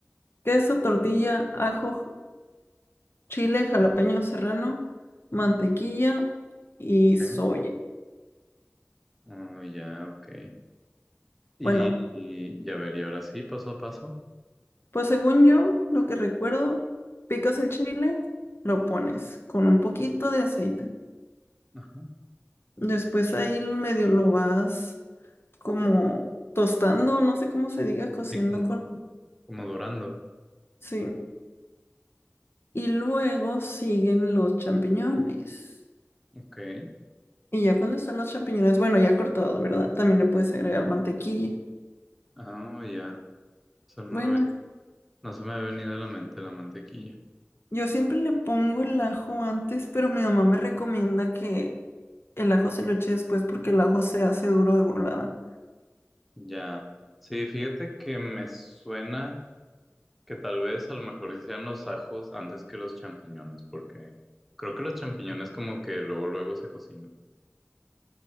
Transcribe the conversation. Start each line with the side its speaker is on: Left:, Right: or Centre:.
Left: queso, tortilla, ajo, chile, jalapeño serrano, mantequilla y
Centre: ok.
Left: soya.
Centre: Oh, ya, ok. Y,
Left: Bueno,
Centre: y ya ver, y ahora sí, paso a paso.
Left: Pues según yo, lo que recuerdo, picas el chile, lo pones con un poquito de aceite.
Centre: Ajá.
Left: Después ahí medio lo vas como tostando, no sé cómo se diga, cociendo
Centre: Sí,
Left: con...
Centre: Como dorando.
Left: Sí. Y luego siguen los champiñones.
Centre: Ok.
Left: Y ya cuando están los champiñones, bueno, ya cortados, ¿verdad? También le puedes agregar mantequilla.
Centre: Ah, ya. Eso no
Left: Bueno,
Centre: lo vi. No se me ha venido a la mente la mantequilla.
Left: yo siempre le pongo el ajo antes, pero mi mamá me recomienda que el ajo se lo eche después porque el ajo se hace duro de volada.
Centre: Ya. Sí, fíjate que me suena que tal vez a lo mejor sí sean los ajos antes que los champiñones, porque creo que los champiñones como que luego luego se cocinan.